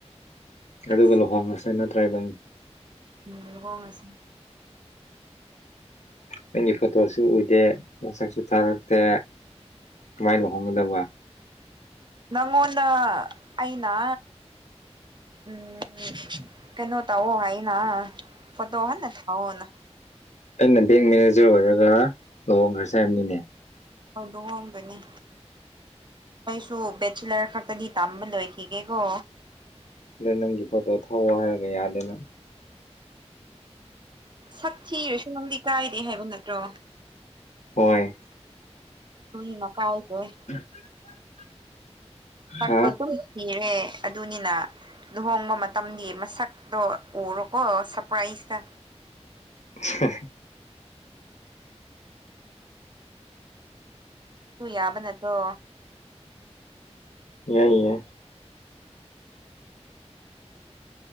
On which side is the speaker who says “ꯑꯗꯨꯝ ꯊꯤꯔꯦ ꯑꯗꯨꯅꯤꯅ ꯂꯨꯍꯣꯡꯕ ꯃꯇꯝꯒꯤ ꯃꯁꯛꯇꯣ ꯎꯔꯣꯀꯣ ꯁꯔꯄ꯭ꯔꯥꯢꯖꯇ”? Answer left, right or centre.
Right